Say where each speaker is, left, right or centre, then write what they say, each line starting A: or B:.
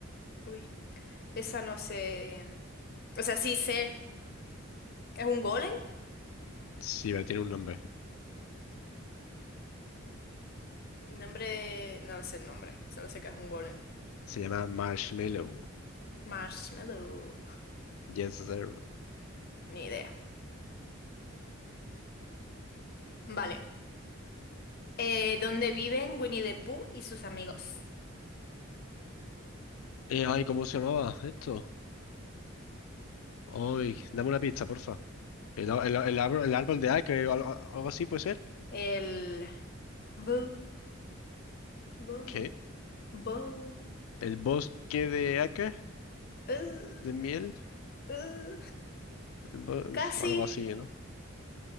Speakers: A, on the left (about 50°); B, on the left (about 85°).
A: Uy. Esa no sé. O sea, sí sé. ¿Es un golem?
B: Sí, pero tiene un nombre.
A: Nombre. No lo sé el nombre. Solo sé que es un golem.
B: Se llama Marshmallow.
A: Marshmallow.
B: Yes, sir.
A: Ni idea. Vale. eh, donde viven Winnie the Pooh y sus amigos.
B: Eh, ay, ¿cómo se llamaba esto? Ay, dame una pista, porfa. El, el- el árbol, el árbol de Ake o algo, algo así puede ser.
A: El... bu- bu-
B: ¿Qué?
A: bu-
B: El bosque de acá,
A: uh,
B: de miel,
A: uh,
B: el bo-
A: casi.
B: uf, algo así, ¿no?